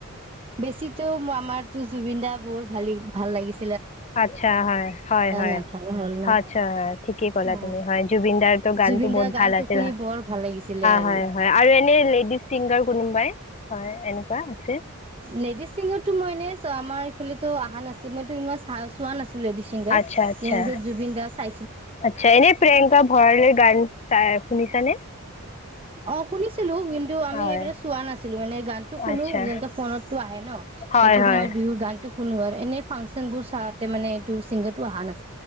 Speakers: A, on the right; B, on the left.
A: বেছিতো, আমাৰ তোৰ জুবিন দা বৰ ভালে, ভাল লাগিছে
B: আচ্ছা, হয়, হয়, হয়
A: নাথাকা হ'ল ন
B: আচ্ছা, হয় ঠিকে
A: অ
B: কলা তুমি হয় জুবিন দাৰ টো গানটো
A: জুবিন
B: বহুত
A: দাৰ গানটো
B: ভাল আছিল,
A: শুনি বৰ ভাল লাগিছিলে আৰু
B: হয়, হয় আৰু এনে লেডিজ চিংগাৰ কোনোবাই? হয় এনেকুৱা আছে!
A: লেডিচ চিংগাৰতো, মই এনেচ আমাৰ এইফালে টো অহা নাছিল মইতো ইমা <unintelligible> চোৱা নাছিলো লেডিজ চিংগাৰ
B: আচ্ছা, আচ্ছা,
A: জুবিন দা চা <unintelligible>
B: আচ্ছা, এনে প্ৰিয়ংকা ভৰালীৰ গান চা শুনিছানে?
A: অ শুনিছিলো, কিন্তু আমি
B: হয়,
A: এইবিলাক চোৱা নাছিলো। মানে গানতো শুনো,
B: আচ্ছা,
A: যেনেকে ফোনত টো আহে ন,
B: হয়,
A: সেইটো
B: হয়,
A: সময়ত বিহুৰ গানটো কোনবৰ এনে ফাংচন বোৰ চাওঁতে মানে এইটো চিংগাৰটো অহা নাই।